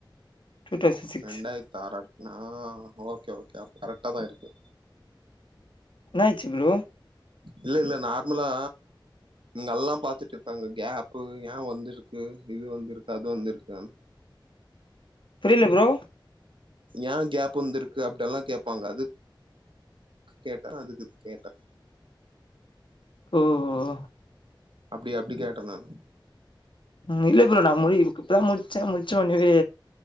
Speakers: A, on the left; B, on the right.
A: டூ தௌசண்ட் சிக்ஸ்
B: ரெண்டாய்ர்த்து ஆறா நா ஓகே ஓகே அப்ப கரெக்ட்டா தா இருக்கு
A: என்னாச்சி ப்ரோ
B: இல்ல இல்ல நார்மலா இங்க அல்லா பாத்துட்டுருக்காங்க கேப் பு ஏ வந்திருக்கு இது வந்திருக்கு அது வந்திருக்குன்
A: புரில ப்ரோ
B: ஏ கேப் வந்திருக்கு அப்டெல்லா கேப்பாங்க அதுக்கு கேட்டே அதுக்கு கேட்டே
A: ஓ ஓ
B: அப்டியா அப்டி கேட்டே நானு
A: ம் இல்ல ப்ரோ நா மூணே புக்கு இப்பதா முட்ச்சே முட்ச்ச உன்னவே